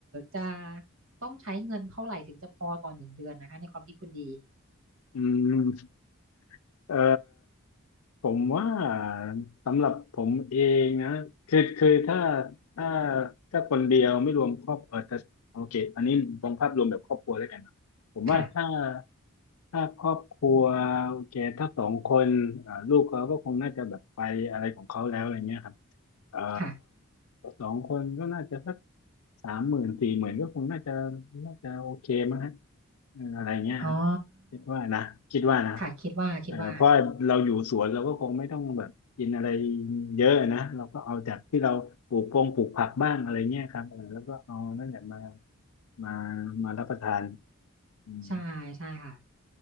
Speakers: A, on the right; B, on the left.
A: จะต้องใช้เงินเท่าไหร่ถึงจะพอต่อหนึ่งเดือนนะคะในความคิดคุณดี
B: อืมเออ ผมว่าสำหรับผมเองนะคือคือถ้าถ้าถ้าคนเดียวไม่รวมครอบเออแต่โอเคอันนี้มองภาพรวมแบบครอบครัวแล้วกันนะผมว่าถ้า
A: ค่ะ
B: ถ้าครอบครัวโอเคถ้าสองคนอ่าลูกเขาก็คงน่าจะแบบไปอะไรของเขาแล้วอะไรเงี้ยครับเอ่อ
A: ค่ะ
B: สองคนก็น่าจะสักสามหมื่นสี่หมื่นก็คงน่าจะน่าจะโอเคมั้งฮะเอออะไรเงี้ย
A: อ๋อ
B: คิดว่านะคิดว่านะ
A: ค่ะคิดว่าคิดว่า
B: เออเพราะเราอยู่สวนเราก็คงไม่ต้องแบบกินอะไรเยอะนะเราก็เอาจากที่เราปลูกพงปลูกผักบ้างอะไรเงี้ยครับเออแล้วก็เอานั่นแหละมามามารับประทานอืม
A: ใช่ ใช่ค่ะ